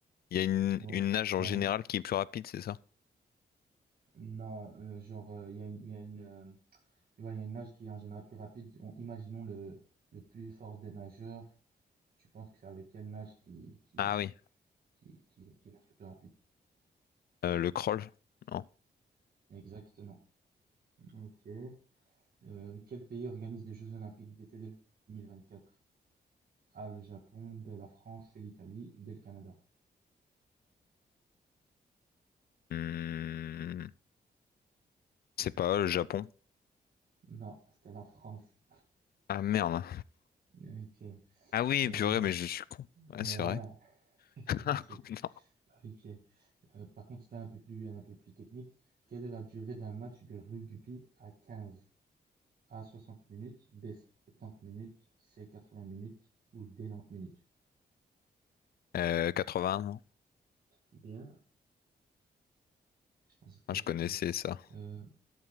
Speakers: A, on the left (about 65°); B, on the right (about 60°).
A: Il y a une,
B: Ouais,
A: une nage en
B: ouais,
A: général
B: mais
A: qui est plus rapide, c'est ça?
B: non, euh, genre, euh, il y a une, il y a une, euh, ouais, il y a une nage qui est en général plus rapide. On- imaginons le, le plus fort des nageurs. Tu penses que c'est avec quelle nage qui, qui,
A: Ah oui.
B: qui, qui, qui nage le plus rapide?
A: Euh, le crawl? Non.
B: Exactement. Ok. Euh, quel pays organise les Jeux Olympiques d'été 2024? A, le Japon, B, la France, C, l'Italie, ou D, le Canada.
A: Hmm, C'est pas le Japon.
B: Non, c'était la France.
A: Ah merde.
B: OK,
A: Ah oui,
B: hem,
A: purée, mais je suis con. Ouais,
B: mais
A: c'est
B: ouais,
A: vrai. <laughs>
B: <laughs> c'était facile.
A: Non.
B: OK, heu, par contre, c'était un peu plus un peu plus technique. Quelle est la durée d'un match de rugby à 15? A 60 minutes, B 70 minutes, C 80 minutes ou D 90 minutes?
A: Euh, vingts non?
B: Bien, je pensais que tu
A: Ah,
B: allais
A: je
B: pas
A: connaissais
B: trouver.
A: ça.
B: Heu,